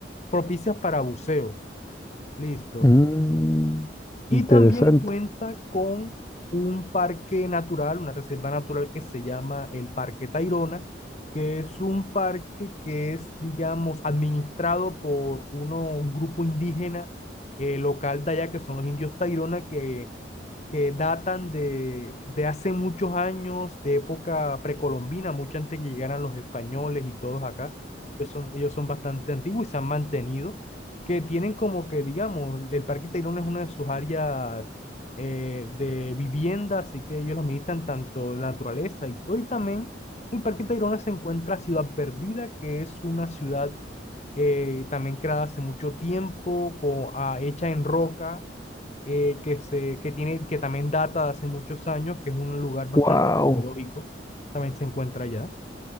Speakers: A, on the left; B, on the left.
A: propicias para buceo. Listo.
B: Mm,
A: Y
B: interesante.
A: también cuenta con un parque natural, una reserva natural que se llama el Parque Tayrona, que es un parque que es, digamos, administrado por uno, un grupo indígena eh, local de allá, que son los indios Tayrona, que que datan de, de hace muchos años, de época precolombina, mucho antes que llegaran los españoles y todos acá. Ellos son, ellos son bastante antiguos y se han mantenido, que tienen como que, digamos, el Parque Tayrona es una de sus áreas eh, de vivienda, así que ellos los militan tanto la naturaleza y todo. Y también el Parque Tayrona se encuentra Ciudad Perdida, que es una ciudad eh, también creada hace mucho tiempo, co- ah, hecha en roca eh, que, se, que, tiene, que también data de hace muchos años, que es un lugar bastante
B: Wow.
A: arqueológico, también se encuentra allá.